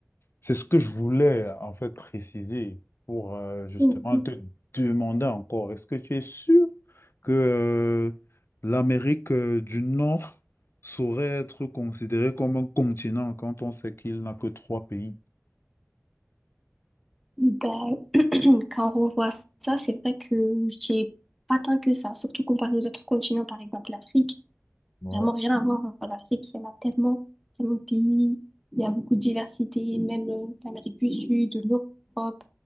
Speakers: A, on the left (about 55°); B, in the centre.
A: c'est ce que je voulais, en fait, préciser pour euh, justement
B: Mhm.
A: te demander encore, est-ce que tu es sûr que euh, l'Amérique euh, du Nord saurait être considérée comme un continent quand on sait qu'il n'a que trois pays?
B: D'accord. Quand on revoit ça, c'est vrai que j'ai pas tant que ça, surtout comparé aux autres continents, par exemple l'Afrique.
A: Ouais,
B: Vraiment rien à voir. En Afrique, il y en a tellement, tellement de pays, il y a beaucoup de diversité, même euh, l'Amérique du Sud, l'Europe,